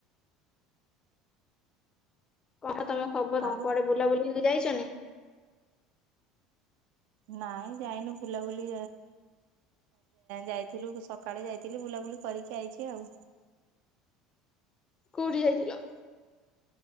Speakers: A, on the left; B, on the right.
A: ଆଉ ତମ ଖବର
B: ଆଉ
A: କଣ କୁଆଡେ ବୁଲା ବୁଲି ଯାଇଛନ୍ତି
B: ନାଇଁ ଯାଇନୁ ବୁଲାବୁଲି ଯାଇଥିଲୁ ସକାଳେ ଯାଇଥିଲି ବୁଲାବୁଲି କରିକି ଆଇଛି ଆଉ
A: କୋଉଠି ଯାଇଥିଲ